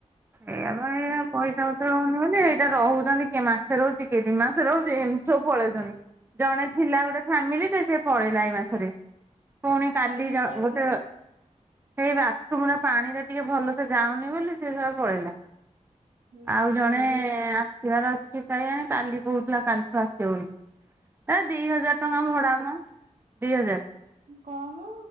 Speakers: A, on the right (about 15°); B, on the right (about 75°).
A: ଏଇପା ଏୟା ପଇସା ପତ୍ର ହଉନି ବୋଲି ଏଇଟା ରହୁଛନ୍ତି। କିଏ ମାସେ ରହୁଛି କିଏ ଦି ମାସେ ରହୁଛି ଏମିତି ସବୁ ପଳଉଛନ୍ତି। ଜଣେ ଥିଲା ଗୋଟେ ଫ୍ୟାମିଲି ଟେ ସେ ପଳେଇଲା ଏଇ ମାସରେ। ପୁଣି କାଲି
B: କମେଇ
A: ଜ
B: ତଳିଲେ
A: ଗୋଟେ ହେଇ ବା ଥୁରୁମ୍ ପାଣିରା ଟିକେ ଭଲସେ ଯାଉନି ବୋଲି ସେ ଶଳା ପଳେଇଲା।
B: ହୁଁ
A: ଆଉ ଜଣେ
B: ହୁଁ
A: ଆସିବାର ଅଛି କାଇଁ କାଲି କହୁ କାଲିଠୁ ଆସିବନି ଏ ଦି ହଜାର ଟଙ୍କା ଭଡାମ ଦି ହଜାର।
B: କମ୍